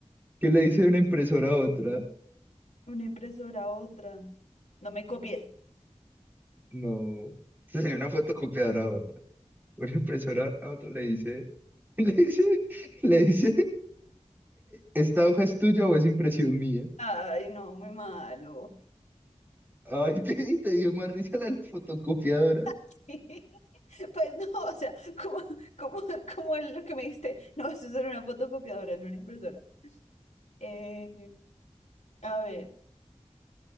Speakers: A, on the right (about 15°); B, on the left (about 75°).
A: ¿qué le dice una impresora a otra?
B: ¿Una impresora otra? No me copies.
A: No, sería una fotocopiadora a otra. Una impresora a otra le dice, <laughs> le dice, le dice, ¿esta hoja es tuya o es impresión mía?
B: Ay, no, muy malo.
A: Ay, <laughs> te, y te dio más risa la de la fotocopiadora.
B: <laughs> Pues no, o sea, como, como, como lo que me diste, no, eso es una fotocopiadora, no una impresora. Eh, a ver,